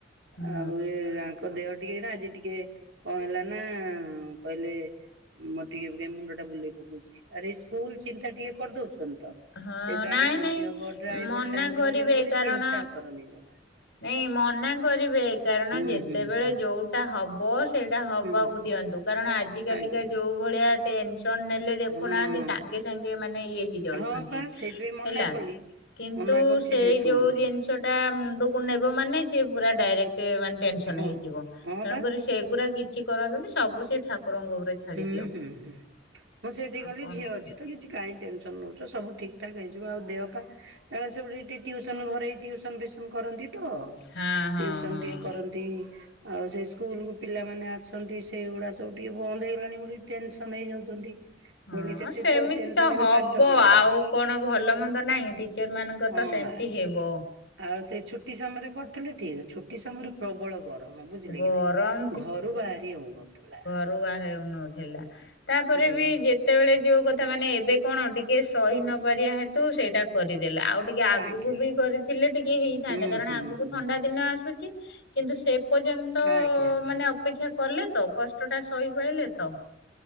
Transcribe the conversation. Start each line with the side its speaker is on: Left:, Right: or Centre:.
Left: ହୁଁ
Right: ଆଉ ଇଏ ଙ୍କ ଦେହ ଟିକେ ଆଜି ଟିକେ କଣ ହେଲାନା କହିଲେ ମତେ ଟିକେ ମୁଣ୍ଡ ଟା ବୁଲେଇ ପକଉଛି ଆରେଇ ସ୍କୁଲ ଚିନ୍ତା ଟିକେ କରିଦଉଛନ୍ତି ତ
Left: ହଁ
Right: ସେ ଗାଡି
Left: ନାଇଁ
Right: କେମିତି
Left: ନାଇଁ
Right: ହବ ଡ୍ରାଇଭର
Left: ମନା
Right: ଟା ଏମତି
Left: କରିବେ
Right: କରୁଛି ମୁଁ କହଲି
Left: କାରଣ
Right: ଚିନ୍ତା କରନି ଜମା।
Left: ନାଇଁ ମନା କରିବେ କାରଣ
Right: ହୁଁ
Left: ଯେତେବେଳେ
Right: ହୁଁ
Left: ଯୋଉଟା ହବ ସେଇଟା ହବାକୁ
Right: ହୁଁ
Left: ଦିଅନ୍ତୁ କାରଣ ଆଜି କାଲିକା
Right: ଆଜ୍ଞା
Left: ଯୋଉ ଭଳିଆ ଟେନ୍ସନ ନେଲେ ଦେଖୁନାହାନ୍ତି
Right: ହଁ।
Left: ସାଙ୍ଗେ ସାଙ୍ଗେ ମାନେ ଇଏ ହେଇ ଯାଉଛନ୍ତି
Right: ହଁ ପା ସେଇଥିପାଇଁ ମନା
Left: ହେଲା।
Right: କଲି
Left: କିନ୍ତୁ
Right: ମନା କରୁଛି
Left: ସେଇ
Right: ସେ ଶୁଣୁନି
Left: ଯୋଉ ଜିନିଷ ମୁଣ୍ଡକୁ ନେବ ମାନେ ସେ ପୁରା ଡାଇରେଟ ମାନେ ଟେନସନ
Right: ହଁ
Left: ହେଇଯିବ
Right: ହଁ
Left: ତେଣୁକରି
Right: ବା
Left: ସେଗୁଡ଼ା କିଛି କରନ୍ତୁନି ସବୁ ସେ ଠାକୁରଙ୍କ ଉପରେ। ଛାଡି
Right: ହୁଁ
Left: ଦିଅ।
Right: ହୁଁ ହୁଁ ମୁଁ ସେଇଠକି
Left: ଆଉ
Right: ଗଲି
Left: କଣ
Right: ଝିଅ
Left: କହି
Right: ଅଛି ତ କିଛି କାହିଁ ଟେନସନ୍ ନେଉଛ ସବୁ ଠିକ୍ ଠାକ୍ ହେଇଯିବ ଆଉ ଦେହ ପା ତାଙ୍କର ସେବୁଠି ଟିକେ ଉସନ ଘରେ ଟ୍ୟଉସନ ଫିସନ କରନ୍ତି ତ?
Left: ହଁ ହଁ
Right: ଟିଉସନ
Left: ହଁ।
Right: ଟିକେ କରନ୍ତି। ଆଉ ସେ ସ୍କୁଲ କୁ ପିଲାମାନେ ଆସନ୍ତି ସେଗୁଡା ସବୁ ଟିକେ ବନ୍ଦ ହେଇ ପାଣି ଭ ଟେନସନ ହେଇଯାଉଛନ୍ତି। ମୁଁ
Left: ହଁ
Right: କହିଲି ସେଠି
Left: ସେମିତି
Right: ଟେନସନ
Left: ତ ହବ
Right: ଏବେ ପାଠ ପଢା
Left: ଆଉ କଣ ଭଲ ମନ୍ଦ ନାହିଁ ଟିଚର ମାନଙ୍କ
Right: ହଁ
Left: ତ ସେମ୍
Right: ମା।
Left: ତି ହେବ।
Right: ଆଉ ସେ ଛୁଟି ସମୟରେ କରିଥିଲେ ଟିକେଛୁ ଏ ସମୟରେ ପ୍ରବଳ ଗରମ ବୁଝିଲେ
Left: ଗରମ
Right: କି ନାଇଁ ଘରୁ ବାହାରି ହଉନଥିଲା।
Left: ବାହାର ନଥିଲା ତାପରେ
Right: ହୁଁ
Left: ବି ଯେ ସେତେବେଳେ ଯୋଉ କଥା ମାନେ ଏବେ କଣ ଟିକେ ସହି ନ ପାରିବା ହେତୁ ସେଇଟା କରିଦେଲେ ଆଉ ଟିକେ ଆଗକୁ
Right: ଆଜ୍ଞା।
Left: ବି କରିଥିଲେ ଟିକେ ହେଇଥାନ୍ତା
Right: ହୁଁ
Left: କାରଣ
Right: ହୁଁ
Left: ଆଗକୁ
Right: ହୁଁ
Left: ଥଣ୍ଡା ଦିନ ଆସୁଛି କିନ୍ତୁ ସେପ୍ ପର୍ଯ୍ୟନ୍ତ
Right: ଆଜ୍ଞା
Left: ମାନେ ଅପେକ୍ଷା କଲେ ତ କଷ୍ଟ ଟା ସହିପାଇଲେ ତ?